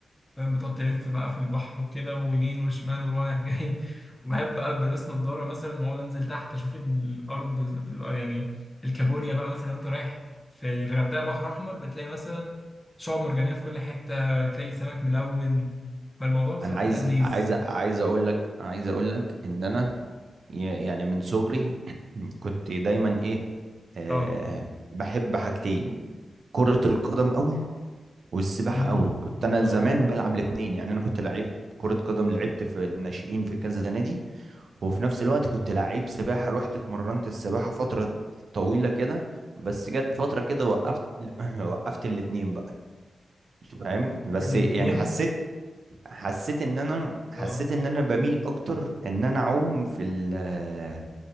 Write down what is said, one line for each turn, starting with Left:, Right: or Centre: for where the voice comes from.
Left: فاهم بتقعد تلف بقى في البحر وكده ويمين وشمال ورايح جاي <laughs> وبحب بقى بلبس نضاره مثلا واقعد انزل تحت اشوف الارض في ال- يعني الكابوريا بقى مثلا لو انت رايح في الغردقه بحر احمر بتلاقي مثلا شعاب مرجانيه في كل حته تلاقي سمك ملون فالموضوع بصراحه
Right: انا عايز
Left: لذيذ
Right: عايز عايز اقول لك عايز اقول لك ان انا ي- يعني من صغري <clears throat> كنت دايما ايه آه
Left: اه
Right: بحب حاجتين كرة القدم قوي والسباحة
Left: امم
Right: قوي كنت انا
Left: اه
Right: زمان بلعب الاتنين يعني انا كنت لعيب كرة قدم لعبت في الناشئين في كذا نادي وفي نفس الوقت كنت لعيب سباحة رحت اتمرنت السباحة فترة طويلة كده بس جت فترة كده وقفت <clears throat> وقفت الاتنين بقى فاهم بس
Left: في الاتنين
Right: يعني حسيت حسيت ان انا حسيت
Left: اه
Right: ان انا بميل اكتر ان انا اعوم في ال-